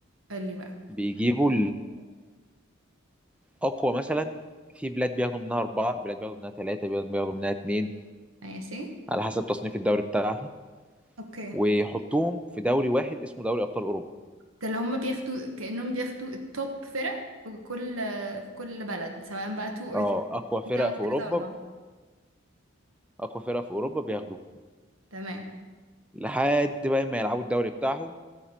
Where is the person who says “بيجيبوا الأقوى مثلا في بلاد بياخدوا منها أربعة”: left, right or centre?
Centre